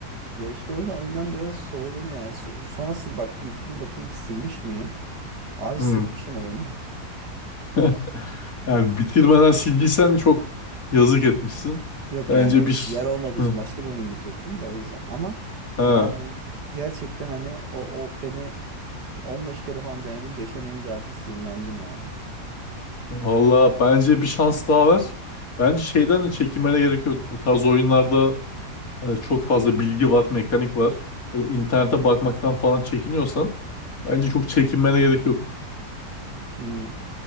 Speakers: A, on the right; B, on the left.
A: Ya işte o yüzden oyundan biraz soğudum yani. So- sonra sil bak yüklü bakayım silmiş miyim? Abi
B: Hmm.
A: silmişim oyunu.
B: <laughs> Yani bitirmeden sildiysen çok yazık etmişsin.
A: <laughs> Yok
B: Bence
A: yani
B: bir ş-
A: yer olmadığı
B: Hı,
A: için başka bir oyun indirecektim de o yüzden. Ama
B: ha
A: yani gerçekten hani o, o beni 15 kere falan denedim geçemeyince artık sinirlendim yani.
B: valla bence bir şans daha ver. Bence şeyden de çekinmene gerek yok. Bu tarz oyunlarda e, çok fazla bilgi var, mekanik var. Böyle internete bakmaktan falan çekiniyorsan bence çok çekinmene gerek yok.
A: Hmm.